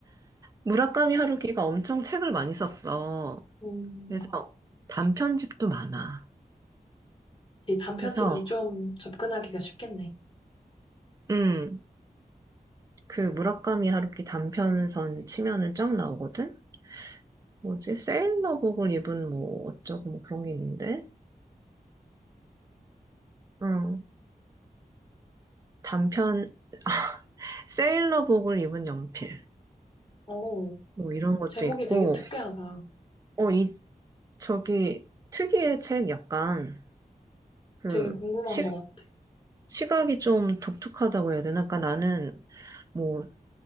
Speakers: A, on the right; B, on the left.
A: 무라카미 하루키가 엄청 책을 많이 썼어.
B: 음,
A: 그래서 단편집도 많아.
B: 이 단편집은
A: 그래서
B: 좀 접근하기가 쉽겠네.
A: 음, 그 무라카미 하루키 단편선 치면은 쫙 나오거든. 뭐지? 세일러복을 입은 뭐 어쩌고 뭐 그런 게 있는데. 응. 단편 <laughs> 세일러복을 입은 연필.
B: 오
A: 뭐 이런 것도
B: 제목이
A: 있고.
B: 되게 특이하다.
A: 어, 이 저기 특이의 책 약간 그
B: 되게 궁금한
A: 식,
B: 것 같아.
A: 시각이 좀 독특하다고 해야 되나? 그러니까 나는 뭐